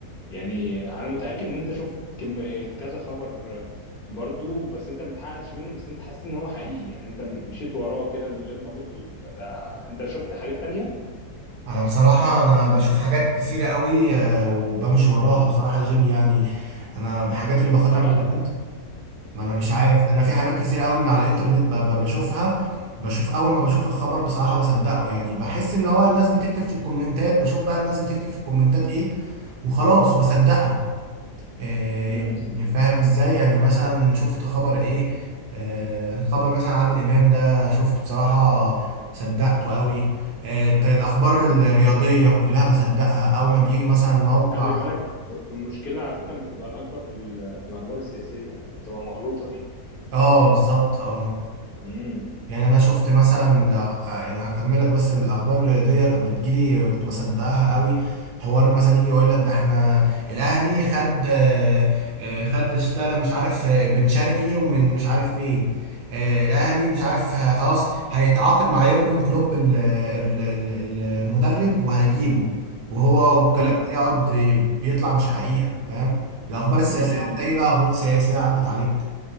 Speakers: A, on the left; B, on the right.
A: يعني انا متاكد ان انت شفت كم كذا خبر برضو بس انت متحققتش منه بس انت حسيت ان هو حقيقي يعني انت مشيت وراه كده من غير ما تقصد ده انت شفت حاجات تانية
B: انا بصراحة انا بشوف حاجات كتيرة قوي آه، وبمشي وراها بصراحة جيم يعني انا الحاجات اللي باخدها
A: ده
B: من
A: غلط
B: الانترنت
A: ده
B: ما انا مش
A: امم
B: عارف ده انا في حاجات كتيرة قوي من على الانترنت ب- ب- بشوفها بشوف اول ما بشوف الخبر بصراحة بصدقه يعني بحس ان هو الناس بتكتب في الكومنتات بشوف بقى الناس بتكتب في الكومنتات ايه وخلاص بصدقها آه،
A: امم إمم،
B: يعني
A: إمم.
B: فاهم ازاي يعني مثلا شفت خبر ايه آه، خبر مثلا عادل امام ده شفته بصراحة صدقته قوي آه، ت- الاخبار الرياضية كلها بصدقها اول ما بيجي مثلا موقع
A: خلي بالك المشكله على فكره بتبقى الاكبر في, ال- في الاخبار السياسيه اللي بتبقى مغلوطه دي
B: اه بالظبط اه
A: امم
B: يعني انا شفت مثلا الأغ... آه، يعني هكمل لك بس الاخبار الرياضيه كانت بتجيلي كنت بصدقها قوي حوار مثلا يجي يقول لك ده احنا الاهلي خد آه، آه، خد اشترى مش عارف آه، بن شرقي ومن مش عارف فين آه، الاهلي مش عارف ه- خلاص هيتعاقد مع يورجن كلوب ال- ال- ال- ال- المدرب وهيجيبه وهو والكلام
A: امم
B: ده يقعد ي- بيطلع مش حقيقه فاهم الاخبار السياسيه
A: إمم، إمم.
B: انت ايه بقى اخبار سياسيه عدت عليك